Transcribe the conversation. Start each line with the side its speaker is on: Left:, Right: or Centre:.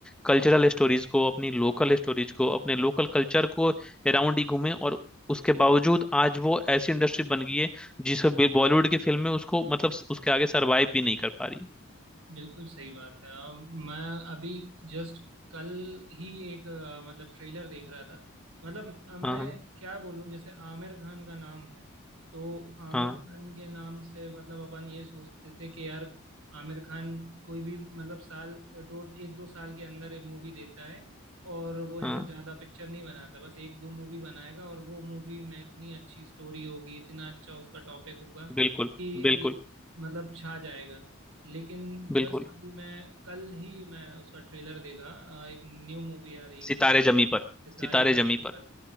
Centre: कल्चरल स्टोरीज को अपनी लोकल स्टोरीज को अपने लोकल कल्चर को अराउंड ही घूमे और उसके बावजूद आज वो ऐसी इंडस्ट्री बन गई है जिसे बॉलीवुड की फिल्में उसको मतलब उसके आगे सरवाइव भी नहीं कर पा रही है
Right: बिल्कुल सही बात है अम, मैं अभी जस्ट कल ही एक अ, मतलब ट्रेलर देख रहा था मतलब अ, मैं
Centre: हाँ हाँ
Right: क्या बोलूं जैसे आमिर खान का नाम है तो आमिर
Centre: हाँ।
Right: खान के नाम से मतलब अपन ये सोचते थे कि यार आमिर खान कोई भी मतलब साल दो एक दो साल के अंदर मूवी देता है और वो ऐसे
Centre: हाँ
Right: ज्यादा पिक्चर नहीं बनाता बस एक दो मूवी बनाएगा और वो मूवी में इतनी अच्छी स्टोरी होगी इतना अच्छा उसका टॉपिक होगा
Centre: बिल्कुल
Right: कि
Centre: बिल्कुल
Right: मतलब छा जाएगा लेकिन
Centre: बिल्कुल
Right: जस्ट अभी मैं कल ही मैं उसका ट्रेलर देखा अ, एक न्यू मूवी आ रही है
Centre: सितारे
Right: उसकी
Centre: जमी पर
Right: सितारे
Centre: सितारे
Right: जमी
Centre: जमी पर
Right: पर